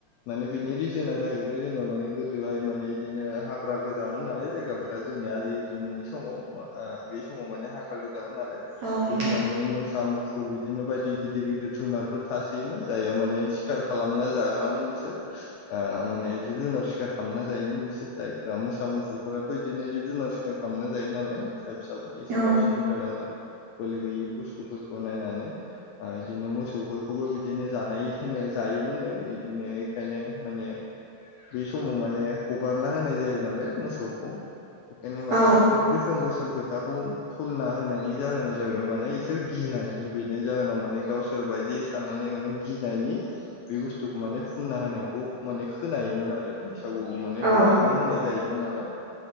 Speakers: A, on the left (about 80°); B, on the right (about 65°).
A: माने बिनि रिजोना जाहैबाय जोङो माने गोदोहाय माने बिदिनो हाग्रा गोजामोन नालाय जायगाफोरा जों नि आजै आजौमोननि समाव आं बे समाव माने हाग्रा गो जामोनो नालाय
B: औ नोंथां
A: बै समाव मोसा मुफुर बिदिनो बायदि गिदिर गिदिर जुनारफोर थास जायोमोन जायहा माने सिखार खालामना जाग्रामोन बिसोर ओ माने जिब जुनार सिखार खालामना जायोमोन बिसोर जायफ्रा मोसा मुफुरफोराथ इदिनो जिब जुनार सिखार खालामना जायो नालाय <unintelligible> फिसा एसे
B: औ
A: गावसोरनिफ्राय माने बोलो गैयि बुस्थुफोरखौ नायनानै ओ इदिनो मोसौफोर खौबो बिदिनो जानाय होनो जायोमोननो इदिनो इखायनो माने बै समाव माने हगारना होनाय जायो नालाय मोसौखौ खायनो माने
B: औ
A: बि गोसोम गोसोमफोर थाखौ फुनना होनायनि जाहोना जाहैबाय माने इसोर गिनायनि बिनि जाहोनाव माने गावसोर बायदि साननानै माने गिनायनि बे बुस्थुखौ माने फुनना होनायखौ माने खोनायोमोन आरो। बैसागुआव माने
B: औ
A: हगारना होनाय जायोमोन नालाय